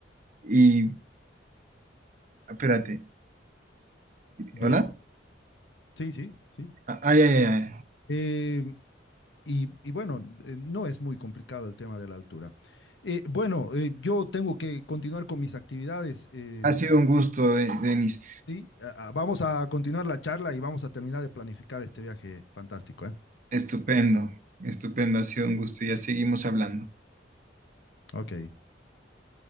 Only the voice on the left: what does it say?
Bien,
sí, sí, sí.
Eh, y, y bueno, eh, no es muy complicado el tema de la altura. Eh, bueno, eh, yo tengo que continuar con mis actividades. eh,
sí, Ah, ah, vamos a continuar la charla y vamos a terminar de planificar este viaje fantástico, ¿eh?
Ok.